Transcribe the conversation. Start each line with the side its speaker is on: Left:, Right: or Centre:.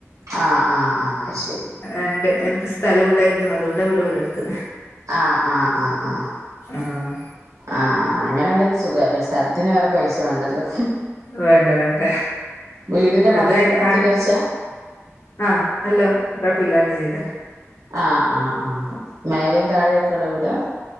Right: ആഹ് ആഹ് ആഹ് അയ്ശരി
Left: ഇണ്ട് എനിക്ക് സ്ഥലം ഉണ്ടായിരുന്നു അതുകൊണ്ട് അവിടെ വീട് എടുത്ത്
Right: ആഹ് ആഹ് ആഹ് ആഹ്
Left: ആഹ്
Right: ആഹ് ആഹ് അങ്ങനെ ഉണ്ടെങ്കിൽ സുഖല്ലേ സ്ഥലത്തിന് വേറെ പൈസ വേണ്ടല്ലോ
Left: വേണ്ട വേണ്ട
Right: വീടിന്റെ പണിയൊക്കെ
Left: അത്
Right: പൂർത്തീകരിച്ചാ
Left: ആണ് ആഹ് ഹലോ കുഴപ്പോല്ലാതെ ചെയ്തേ
Right: ആഹ് ആഹ് ആഹ് മേലിം താഴെയൊക്കെ ഉള്ള വിടാ